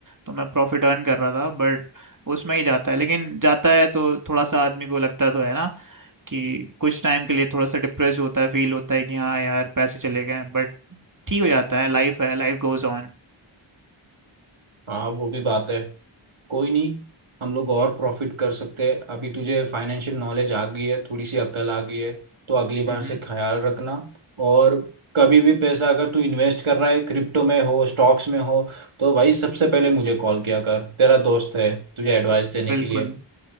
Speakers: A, on the right (about 40°); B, on the right (about 80°).
A: तो मैं प्रॉफिट अर्न कर रहा था बट उसमें ही जाता है लेकिन जाता है तो थोड़ा सा आदमी को लगता तो है ना कि कुछ टाइम के लिए थोड़ा सा डिप्रेस होता है फील होता है कि हाँ यार पैसे चले गए बट ठीक हो जाता है लाइफ है लाइफ गोज ऑन
B: हाँ वो भी बात है कोई नहीं हम लोग और प्रॉफिट कर सकते हैं अभी तुझे फाइनेंशियल नॉलेज आ गई है थोड़ी सी अकल आ गई है तो अगली बार
A: हम्म
B: से ख्याल रखना और कभी भी पैसा अगर तू इन्वेस्ट कर रहा है क्रिप्टो में हो स्टॉक्स में हो तो भाई सबसे पहले मुझे कॉल किया कर तेरा दोस्त है तुझे एडवाइस देने
A: बिल्कुल
B: के लिए